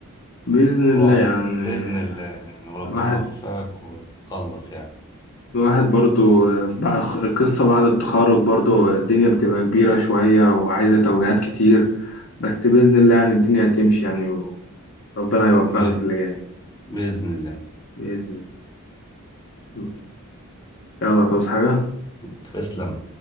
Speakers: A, on the left (about 55°); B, on the left (about 15°).
A: بإذن الله
B: وعم
A: يعني
B: بإذن الله يعني وربنا
A: الواحد
B: يوفقك وتخلص يعني
A: الواحد برضو آه، بقى خ- القصة بعد التخرج برضو الدنيا بتبقى كبيرة شوية وعايزة توجيهات كتير بس بإذن الله يعني الدنيا هتمشي يعني وربنا يوفقنا
B: ب...
A: في اللي جاي
B: بإذن الله
A: بإذن الله يلا توصي حاجة
B: تسلم